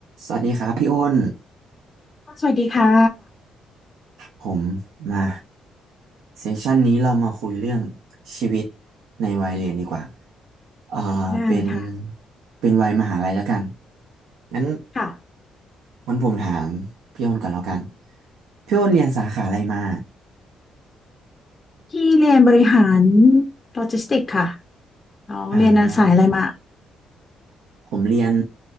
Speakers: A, on the right; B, on the left.
A: สวัสดีครับพี่อ้น
B: สวัสดีค่ะ
A: ผมมาเซสชันนี้เรามาคุยเรื่องชีวิตในวัยเรียนดีกว่า เอ่อ
B: ได้ค่ะ
A: เป็น เป็นวัยมหาลัยแล้วกันงั้น
B: ค่ะ
A: วันผมถามพี่อ้นก่อนแล้วกัน พี่อ้นเรียนสาขาอะไรมา
B: พี่เรียนบริหารโลจิสติกส์ค่ะน้องเรียนสายอะไรมา
A: อ่าผมเรียน